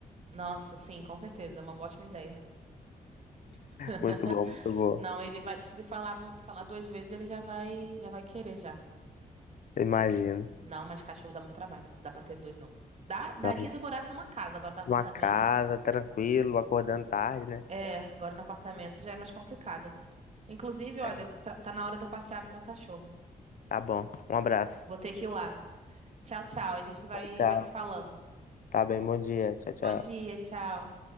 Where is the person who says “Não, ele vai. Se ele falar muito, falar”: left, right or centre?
Right